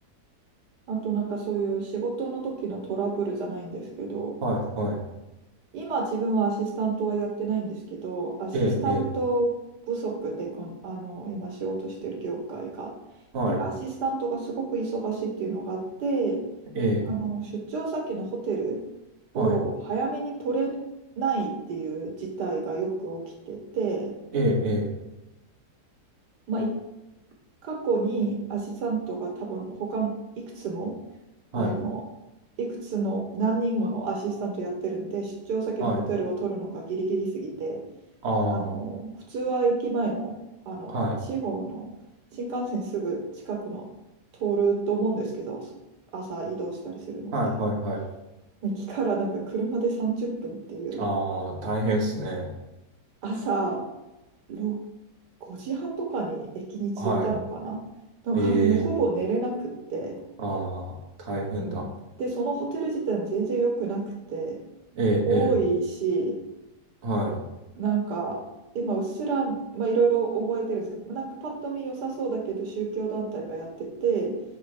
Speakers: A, on the right; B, on the right.
A: あとなんかそういう仕事の時のトラブルじゃないんですけど、
B: はい、はい、
A: 今自分はアシスタントはやってないんですけど、アシスタント不足でこん、
B: ええ、ええ、
A: あの、今仕事してる業界が。
B: はい、
A: で、アシスタントがすごく忙しいっていうのがあって、
B: ええ、
A: あの、出張先のホテルを早めに取れないっていう事態がよく起きてて、
B: はい、ええ、ええ
A: まあ、い過去にアシスタントが多分他いくつも、
B: はい、
A: あの、いくつの何人ものアシスタントやってるんで、出張先のホテルを取るのがギリギリすぎて、
B: はい、あ
A: あの、
B: あ、
A: 普通は駅前の、あの、
B: はい。
A: 地方の新幹線すぐ近くの通ると思うんですけど、朝移動したりするので。
B: はいはいはい。
A: 駅からなんか車で30分っぷんっていう
B: ああ、大変っすね。
A: 朝6 5時半とかに駅に着いたのかななんかもうほぼ寝れなくって、
B: はい。ええ、ああ、大変だ。
A: うん、でそのホテル自体も全然良くなくて
B: ええ、
A: 多いし
B: ええ、はい。
A: なんか今うっすら、まあ、いろいろ覚えてるんですけどなんかパッと見良さそうだけど宗教団体がやってて